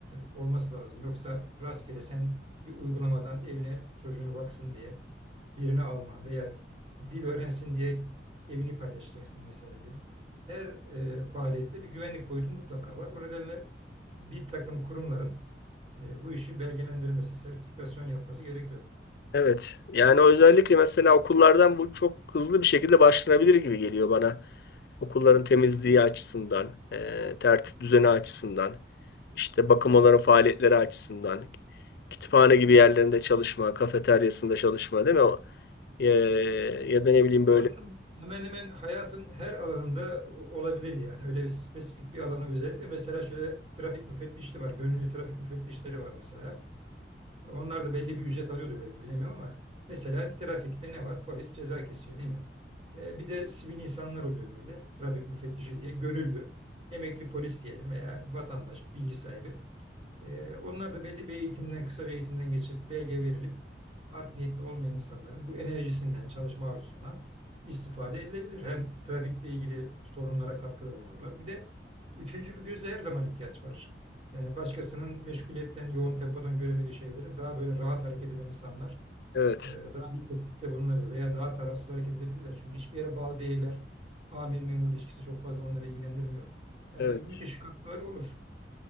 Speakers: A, on the right; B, on the left.
A: e, olması lazım. Yoksa rastgele sen bir uygulamadan evine çocuğunu baksın diye birini alma veya dil öğrensin diye evini paylaşacaksın mesela diyelim. Her e, faaliyette bir güvenlik boyutu mutlaka var. O nedenle bir takım kurumların e, bu işi belgelendirmesi, sertifikasyon yapması gerekiyor.
B: Evet. Yani özellikle mesela okullardan bu çok hızlı bir şekilde başlanabilir gibi geliyor bana. Okulların temizliği açısından, e, tertip düzeni açısından, işte bakım onların faaliyetleri açısından, kütüphane gibi yerlerinde çalışma, kafeteryasında çalışma değil mi? O- E, ya da ne bileyim böyle.
A: Dostum hemen hemen hayatın her alanında olabilir yani. Öyle bir spesifik bir alanı özellikle. Mesela şöyle trafik müfettişliği var. Gönüllü trafik müfettişleri var mesela. Onlar da belli bir ücret alıyordu belki bilemiyorum ama mesela trafikte ne var? Polis ceza kesiyor değil mi? E, bir de sivil insanlar oluyor böyle. Trafik müfettişi diye gönüllü, emekli polis diyelim veya vatandaş, bilgi sahibi. Ee, onlar da belli bir eğitimden, kısa bir eğitimden geçip belge verilip art niyetli olmayan insanların bu enerjisinden, çalışma arzusundan istifade edilebilir. Hem trafikle ilgili sorunlara katkıda bulunurlar. Bir de üçüncü bir göze her zaman ihtiyaç var. Yani başkasının meşguliyetten, yoğun tempodan göremediği şeyleri daha böyle rahat hareket eden insanlar
B: Evet,
A: e, daha iyi tespitte bulunabilir veya daha tarafsız hareket edebilirler. Çünkü hiçbir yere bağlı değiller. Amir memur ilişkisi çok fazla onları ilgilendirmiyor. Yani
B: evet.
A: müthiş katkıları olur.